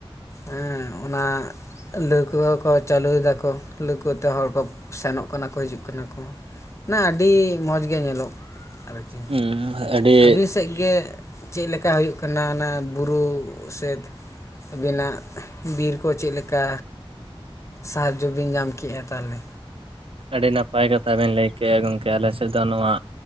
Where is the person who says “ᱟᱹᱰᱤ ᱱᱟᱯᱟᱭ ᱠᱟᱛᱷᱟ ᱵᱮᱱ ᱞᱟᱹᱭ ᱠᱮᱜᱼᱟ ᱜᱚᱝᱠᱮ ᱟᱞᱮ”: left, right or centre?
Right